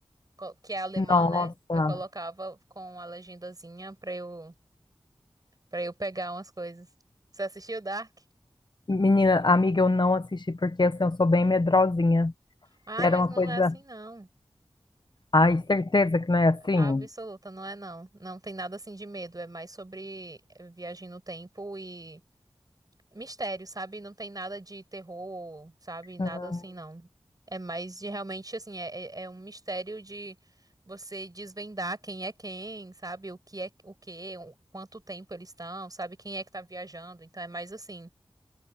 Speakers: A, on the right; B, on the left.
A: co- que é alemã,
B: Nossa,
A: né? Eu colocava com a legendazinha para eu para eu pegar umas coisas. Você assistiu Dark?
B: menina, amiga, eu não assisti porque assim, eu sou bem medrosinha.
A: Ai,
B: E era
A: mas
B: uma
A: não
B: coisa.
A: é assim não.
B: Ai, certeza que não é assim?
A: Absoluta, não é não. Não tem nada assim de medo, é mais sobre eh, viagem no tempo e mistério, sabe? Não tem nada de terror, sabe? Nada
B: Hum,
A: assim, não. É mais de realmente assim, é, é é um mistério de você desvendar quem é quem, sabe? O que é o que, quanto tempo eles estão, sabe? Quem é que tá viajando, então é mais assim.